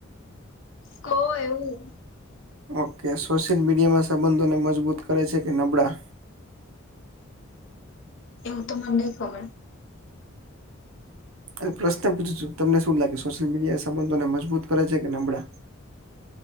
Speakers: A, on the left; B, on the right.
A: તો એવું
B: ઓકે સોશિયલ મીડિયામાં સંબંધોને મજબૂત કરે છે કે નબળા.
A: એવું તો મને ની ખબર.
B: અને પ્રશ્ન પૂછું છું તમને શું લાગે સોશિયલ મીડિયા એ સંબંધોને મજબૂત કરે છે કે નબળા.